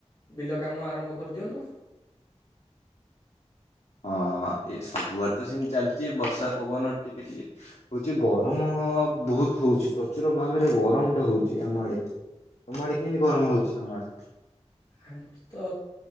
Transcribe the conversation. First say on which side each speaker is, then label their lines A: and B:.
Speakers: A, on the left; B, on the left.
A: ବିଲ କାମ ଆରମ୍ଭ କରିଦିଅନ୍ତୁ।
B: ହଁ ଏ ସବୁଆଡେ ତ ସେମିତି ଚାଲିଛି ବର୍ଷା ପବନ ଟିକେ ଟିକେ ହଉଛି ଗରମ ବହୁତ ହଉଛି ପ୍ରଚୁର ଭାବରେ ଗରମ ଟା ହଉଛି ଆମ ଆଡେ। ତମ ଆଡେ କେମିତି ଗରମ
A: ଗ
B: ହଉଛି ତମ ଆଡେ।
A: ଆମର ତ